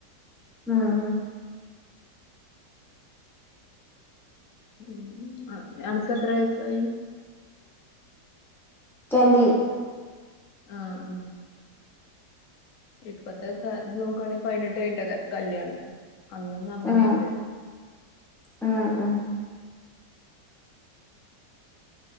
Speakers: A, in the centre; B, on the left.
A: ആ. ആ,,
B: ഉം. ഉം അ.. അനക്ക് എത്ര വയസായി
A: <unintelligible>
B: ആ, ഹ, ആം, ഇപ്പത്തെ സാഹചര്യം നോക്കുവാണെങ്കിൽ പതിനെട്ട് കഴിഞ്ഞട്ടായിരിക്കും. കല്യാണം അന്നൊന്നും അങ്ങനെ
A: ഉം
B: ഇല്ല
A: ഉം ഉം